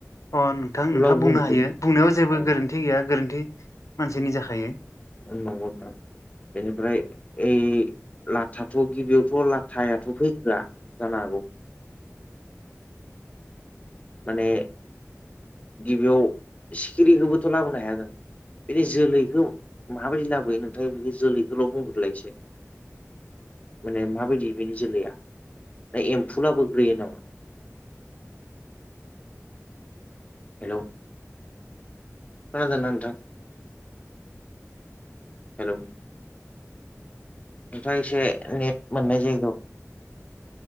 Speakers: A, on the left (about 70°); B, on the left (about 25°).
A: अ नोंथां
B: अब्लाबो
A: नोंथाङा बुंनो
B: बुंनोसै
A: हायो बुंनायाव जेबो
B: औ
A: गोरोन्थि गैया गोरोन्थि मानसिनि जाखायो।
B: होननगौ नोंथां बेनिफ्राय ओ लाथाथ' गिबियावथ' लाथायाथ' फैग्रा जानो हागौ। माने गिबियाव सिखिरिखौबोथ' लाबोनो हाया जों बिदि जोलैखौ माबायदि लाबोयो नोंथां बे जोलैखौल' बुंग्रोलाय इसे माने माबायदि बेनि जोलैया ना एम्फुलाबो ग्रोयो नामा? हेलौ खादोंना नोंथां हेलौ नोंथा एसे नेट मोननाय जायगायाव